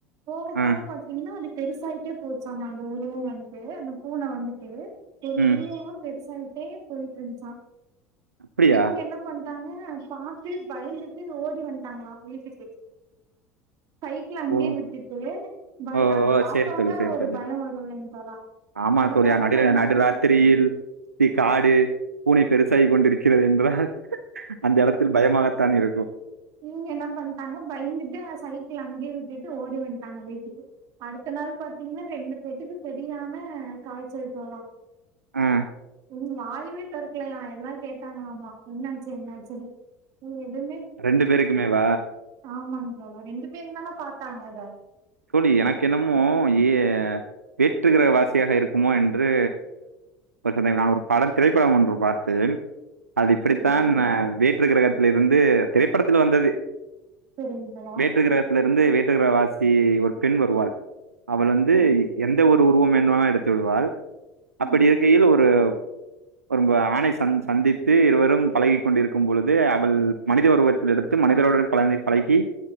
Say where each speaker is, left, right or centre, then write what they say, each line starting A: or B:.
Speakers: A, on the right; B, on the right.
A: போக போக
B: ஆ,
A: பத்தீங்கன்னா அது பெருசாயிட்டே போச்சாம அந்த உருவோ வந்து அந்த பூன வந்துட்டு ஒரு
B: ம்.
A: உருவமு பெருசாயிட்டே போயிட்டு இருந்துச்சா
B: அப்படியா?
A: இவங்க என்ன பட்டாங்க பாத்து பயந்துட்டு ஓடி வந்துட்டாங்களா வீட்டுக்கு சைக்கிள் அங்கேயே
B: ஓ!
A: விட்டுட்டு பய
B: ஓ!
A: அத
B: ஓ!
A: பாத்தோனே
B: சரி தோழி, சரி
A: ஒரு
B: தோழி.
A: பயம் வரும் இல்லைங்கலா தோழா
B: ஆமா
A: அந்த
B: தோழி
A: பயத்துல
B: <unintelligible>
A: என்ன பண்ட்டே
B: ராத்திரியில் சி காடு பூனை பெருசாகி கொண்டிருக்கிறது என்றால் அந்த இடத்தில் பயமாகத்தான் இருக்கும்
A: நீங்க என்ன பண்டாங்க பயந்துட்டு சைக்கிள் அங்கேயே விட்டுட்டு ஓடி வந்துட்டாங்க வீட்டுக்கு அடுத்த நாள் பாத்தீங்கன்னா ரெண்டு பேத்துக்கு சரியான காய்ச்சல் சொலாம்
B: ஆ,
A: உ வாயவே தெருக்கலையா எல்லா கேட்டாங்களாமா என்னாச்சு என்னாச்சுனு உ எதுவுமே
B: ரெண்டு பேருக்குமேவ
A: ஆமாங்க தோழா ரெண்டு பேரும்ந்தான பாத்தாங்க அத
B: தோழி எனக்கு என்னமோ ஏ வேற்றுகிற வாசியாக இருக்குமோ என்று ஒரு சந்த நா ஒரு படம் திரைப்படம் ஒன்று பார்த்தேன் அது இப்படித்தான்
A: செரிங் தோழா
B: வேற்று கிரகத்தல இருந்து திரைப்படத்துல வந்தது
A: செரிங் தோழா
B: வேற்றுக்கிரகத்தில இருந்து வேட்டுக்கிரகவாசி ஒரு பெண் வருவாள் அவள் வந்து
A: செரிங்க
B: எந்த ஒரு உருவம் வேண்டுனா எடுத்து விடுவாள் அப்படி
A: ம்
B: இருக்கையில் ஒரு ஒரு ஆன்ணை ச சந்தித்து இருவரும் பழகி கொண்டிருக்கும் பொழுது அவள் மனித உருவத்தில் எடுத்து மனிதர்களுடன் பழ பழகி